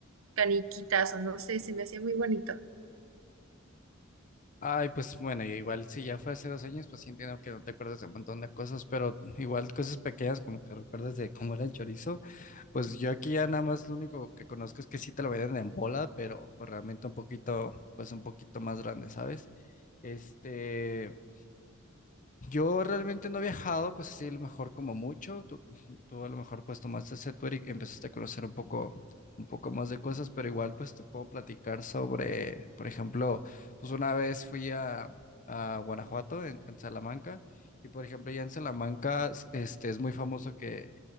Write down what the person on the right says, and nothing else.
caniquitas o no sé, se me hacía muy bonito.